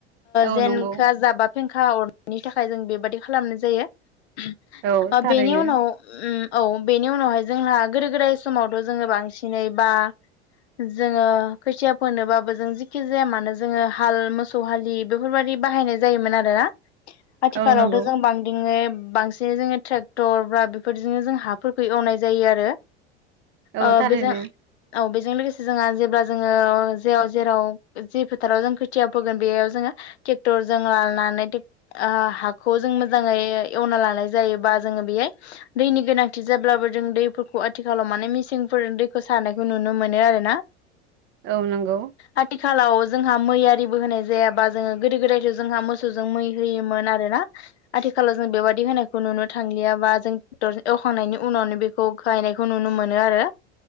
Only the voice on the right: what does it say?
औ
नंगौ
औ थारैनो
औ नंगौ
औ
थारैनो
औ नंगौ।